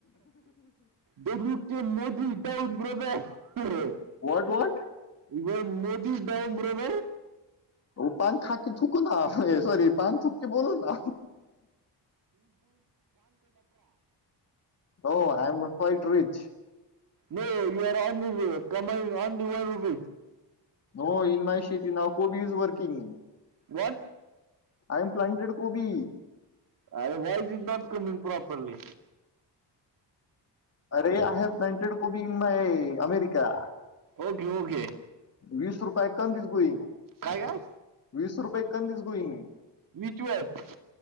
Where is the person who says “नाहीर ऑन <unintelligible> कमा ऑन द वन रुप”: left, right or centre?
Right